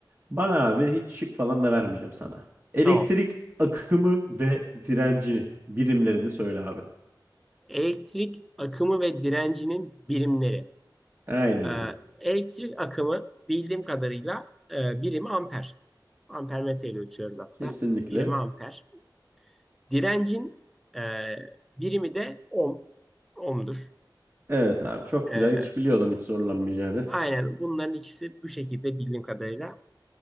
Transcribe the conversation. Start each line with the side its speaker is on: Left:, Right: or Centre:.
Right: Bana abi hiç şık falan da vermeyeceğim sana. Elektrik
Centre: Tamam.
Right: akımı ve direncini birimlerini söyle abi.
Centre: Elektrik akımı ve direncinin birimleri.
Right: Aynen
Centre: Ee,
Right: öyle.
Centre: elektrik akımı bildiğim kadarıyla e, birim amper. Ampermetre ile ölçüyoruz hatta.
Right: Kesinlikle.
Centre: Birimi amper. Direncin e, birimi de ohm. Ohm'dur.
Right: Evet abi çok
Centre: Ee,
Right: güzel. Hiç biliyordum hiç zorlanmayacağını.
Centre: aynen bunların ikisi bu şekilde bildiğim kadarıyla.